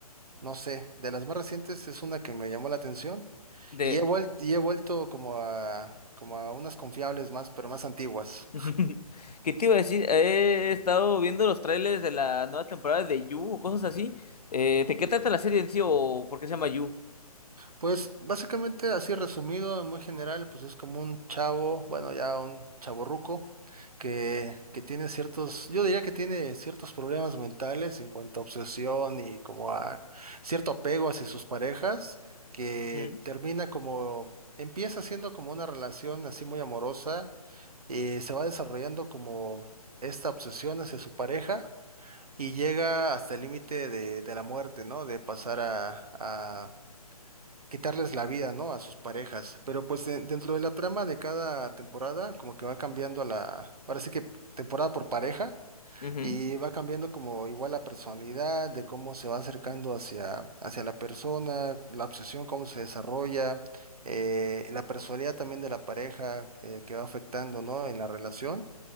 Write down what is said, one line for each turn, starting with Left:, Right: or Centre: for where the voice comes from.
Right: no sé, de las más recientes es una que me llamó la atención.
Left: De...
Right: Y he vuelto, y he vuelto como a, como a unas confiables más, pero más antiguas.
Left: <laughs> ¿Qué te iba a decir? He estado viendo los trailers de la nueva temporada de You o cosas así. Eh, ¿de qué trata la serie en sí o por qué se llama You?
Right: Pues básicamente, así resumido, en muy general, pues es como un chavo, bueno, ya un chavorruco, que, que tiene ciertos, yo diría que tiene ciertos problemas mentales en cuanto a obsesión y como a cierto apego hacia sus parejas, que
Left: Ujú,
Right: termina como, empieza siendo como una relación así muy amorosa, y se va desarrollando como esta obsesión hacia su pareja Y llega hasta el límite de, de la muerte, ¿no? De pasar a, a quitarles la vida, ¿no? A sus parejas. Pero pues de- dentro de la trama de cada temporada, como que va cambiando la, ahora sí que temporada por pareja,
Left: ujú,
Right: y va cambiando como igual la personalidad, de cómo se va acercando hacia, hacia la persona, la obsesión, cómo se desarrolla, eh, la personalidad también de la pareja, eh, que va afectando, ¿no? En la relación.